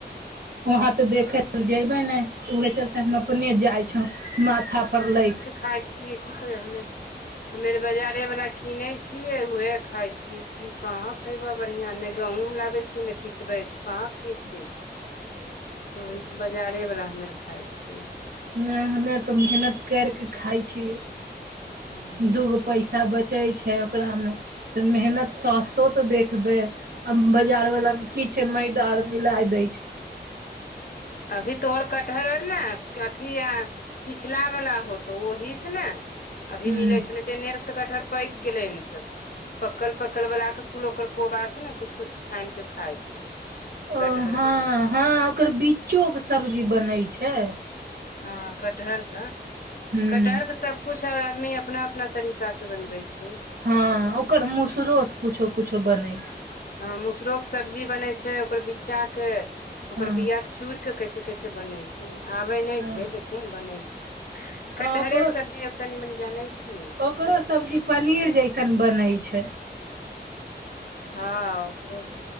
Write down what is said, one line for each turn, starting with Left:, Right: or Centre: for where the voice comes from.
Right: वहाँ ते देखे ल
Left: ह
Right: जेबे ने उहे चलते हम अपने जाइ छौ माथा पर लैक
Left: खाइ छियै की करै हमे हमेर बजारे वाला किनै छियै उहे खााय छीयै कहाँ खेबह बढ़ियाँ ने गहँंम लाबै छियै ने पिसबै कहाँ खीक जतै तऽ ओही से बजारे वाला हमे आर खाय छियै
Right: नहि हमे आर तऽ मेहनत केर कऽ खाइ छियै
Left: ह
Right: दूगो पैसा बचै छै ओकरा म त मेहनात सस्तो त देखबै अब बाजार वाला म की मैदा आर मिला देय छै
Left: अभी तोर कटहर आर ने अथी पिछला वला होतौ ओहि से ने अभी
Right: हूँ
Left: मिले छौ ने ते एने तऽ कटहर पकि गेले हन सब पकल पकल बला के कुल ओकर कोबा से ने कुछ कुछ छानि के खाइ छै
Right: ओ
Left: कटहर
Right: हँ
Left: वला के
Right: हँ ओकर बीच्चो के सब्जी बनै छै।
Left: हँ कटहरके
Right: हूँ
Left: कटहर के सब्जी कुछ आदमी अपना अपना तरीका से बनबै छै
Right: हँ ओकर मुसुरो सँ कुछो कुछो बनै छै
Left: ह मसरो के सब्जी बनै छै ओकर बिच्चा के ओकर
Right: हँ
Left: बीया के चूड़ के कहे छै कैसे बनै छै आबै नहि
Right: हँ
Left: छै लेकिन बनै छै
Right: हँ
Left: कटहरेके
Right: ओकरो
Left: सब्जी आब तनी मनि जानै छियै
Right: ओकरो सब्जी पनीर जैसन बनै छै
Left: हँ ओकरो